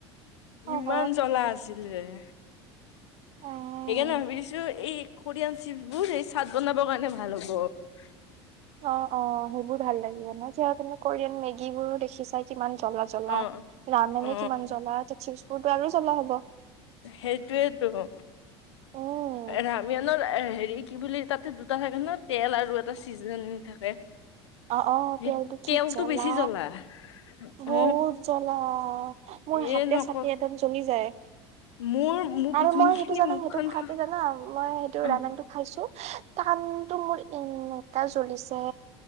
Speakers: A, on the left; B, on the right.
A: ইমান
B: অহ,
A: জলা আছে উ
B: অ',
A: সেইকাৰণে ভাবিছো এই কৰিয়ান চিপছবোৰ এই চাদ বনাব কাৰণে ভাল হ'ব
B: অ' অ' সেইবোৰ ভাল লাগিব ন। চেয়া তুমি কৰিয়ান মেগী বোৰো জ্বলা জ্বলা
A: অ
B: ৰামনে
A: অ
B: কিমান জ্বলা ত' চিপবোৰতো আৰু জ্বলা হ'ব।
A: সেইটোয়েতো ৰা
B: উম
A: ৰামিয়ানৰ হেৰি কি বুলি তাতে দুটা থাকে ন তেল আৰু এটা চিজেন থাকে।
B: অ' অ'
A: সেই
B: তেলতো
A: তেলটো
B: কি দাদা।
A: বেছি জ্বলা অ
B: বহুত জ্বলা মোৰ
A: এ
B: হাতে
A: নক
B: চাতে এদম জ্বলি যায়।
A: মোৰ মোক
B: আৰু
A: যোনখিনি
B: মই সেইটো জানা
A: মুখখন
B: সেইটো খোৱাত
A: খা
B: জানা মই সেইটো
A: অ
B: ৰান্নাটো খাইছো টানটো মোৰ এনোকা জ্বলিছে